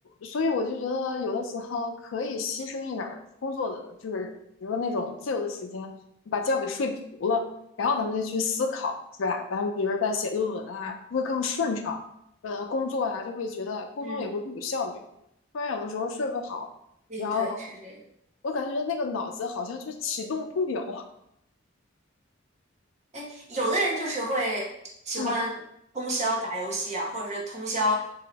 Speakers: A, on the left; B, on the right.
A: 所以我就觉得有的时候可以牺牲一点儿工作的，就是比如说那种自由的时间，把觉给睡足了，然后咱们再去思考，是吧？咱们比如说在写论文啊，会更顺畅，呃，工作呀、就会觉得沟通也会更有效率。
B: 嗯，
A: 不然有的时候睡不好，
B: 对对，
A: 然后
B: 是这个。
A: 我感觉那个脑子好像就启动不了，
B: 哎，有的人就是会喜欢通宵打游戏啊，
A: 嗯，
B: 或者是通宵